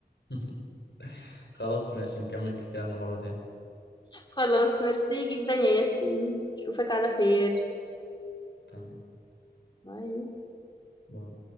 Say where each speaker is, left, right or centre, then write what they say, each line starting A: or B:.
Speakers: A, on the left; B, on the left.
A: <laughs> خلاص ماشي نكمل كلامنا مره تانية
B: <laughs> خلاص ميرسي جدا يا ياسين أشوفك على خير
A: تمام
B: باي
A: باي.